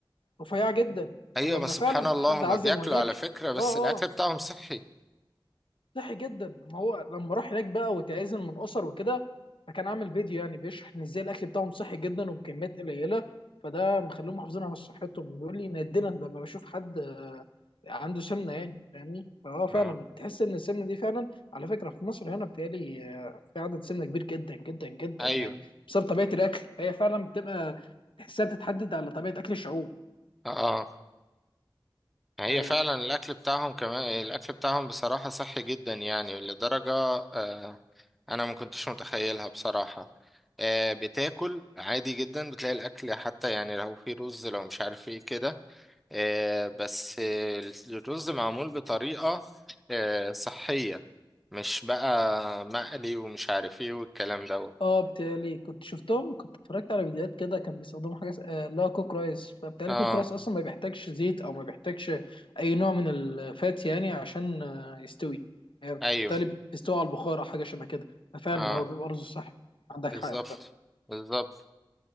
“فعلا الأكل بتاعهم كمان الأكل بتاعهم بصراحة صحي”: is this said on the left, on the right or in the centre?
Centre